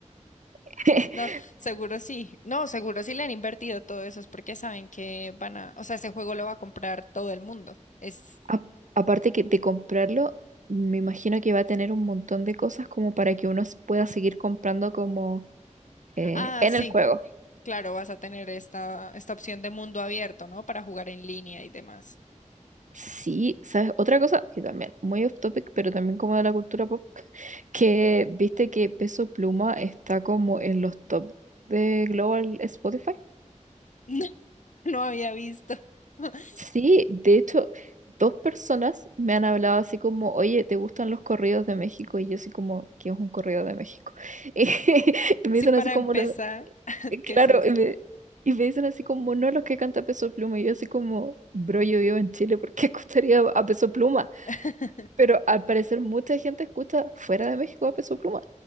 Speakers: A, on the right; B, on the left.
A: <laughs>
B: No, seguro sí. No, seguro sí le han invertido todo eso, es porque saben que van a, o sea, ese juego lo va a comprar todo el mundo. Es,
A: A- aparte que de comprarlo, me imagino que va a tener un montón de cosas como para que uno s- pueda seguir comprando como eh,
B: ah,
A: en
B: sí,
A: el juego.
B: claro, vas a tener esta, esta opción de mundo abierto, ¿no? Para jugar en línea y demás.
A: Sí, ¿sabes? Otra cosa que también, muy off topic, pero también como de la cultura pop, <laughs> que viste que Peso Pluma está como en los top de Global Spotify.
B: <laughs> No, no había visto. <laughs>
A: Sí, de hecho, dos personas me han hablado así como, oye, ¿te gustan los corridos de México? Y yo así como, ¿qué es un corrido de México? <laughs> Y, me
B: Sí,
A: dicen
B: para
A: así como,
B: empezar,
A: lo-
B: <laughs> ¿qué
A: claro,
B: es eso?
A: y me, y me dicen así como, no los que canta Peso Pluma. Y yo así como, bro, yo vivo en Chile, ¿por qué escucharía a Peso Pluma?
B: <laughs>
A: Pero al parecer mucha gente escucha fuera de México a Peso Pluma.